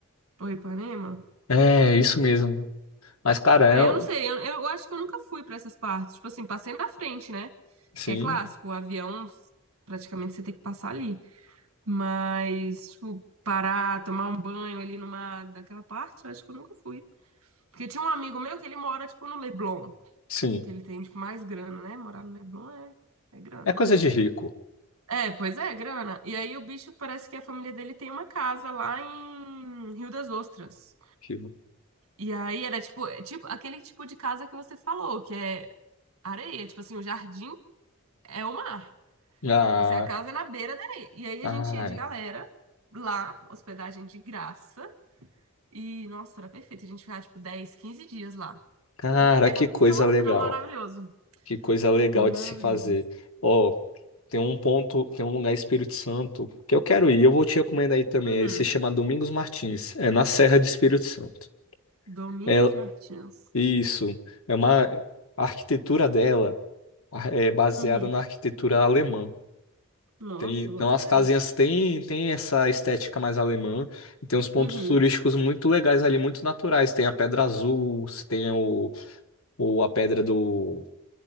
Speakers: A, on the right (about 85°); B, on the left (about 75°).
A: Oi, Ipanema?
B: É, isso mesmo. Mas, cara, é...
A: É, eu não sei, eu, eu acho que eu nunca fui pra essas partes. Tipo assim, passei na frente, né?
B: sim,
A: Porque é clássico, o avião, praticamente você tem que passar ali. Mas, tipo, parar, tomar um banho ali numa daquela parte, eu acho que eu nunca fui. Porque tinha um amigo meu que ele mora, tipo, no Leblon,
B: sim.
A: que ele tem, tipo, mais grana, né? Morar no Leblon é, é grana.
B: É coisa de rico.
A: É, pois é, grana. E aí o bicho parece que a família dele tem uma casa lá em Rio das Ostras.
B: Rico.
A: E aí era tipo, é tipo aquele tipo de casa que você falou, que é areia, tipo assim, o jardim é o mar.
B: Ah,
A: Tipo assim, a casa é na beira da areia. E aí
B: ai,
A: a gente ia de galera lá, hospedagem de graça. E, nossa, era perfeito. A gente ficava, tipo, 10 15 dias lá.
B: cara,
A: E era,
B: que coisa
A: nossa,
B: legal.
A: era maravilhoso.
B: Que coisa legal
A: Maravilhoso.
B: de se fazer. Ó, tem um ponto, tem um lugar em Espírito Santo que eu quero ir. Eu vou te recomendar aí também.
A: Uhum.
B: é Esse se chama Domingos Martins. É na Serra do Espírito Santo.
A: Domingos
B: É
A: Martins.
B: isso. É uma a arquitetura dela a- é baseada
A: Uhum.
B: na arquitetura alemã.
A: Nossa,
B: Tem, então
A: bota
B: as
A: fé.
B: casinhas têm tem essa estética mais alemã e tem uns pontos
A: Uhum.
B: turísticos muito legais ali, muito naturais. Tem a Pedra Azul, tem o, o a Pedra do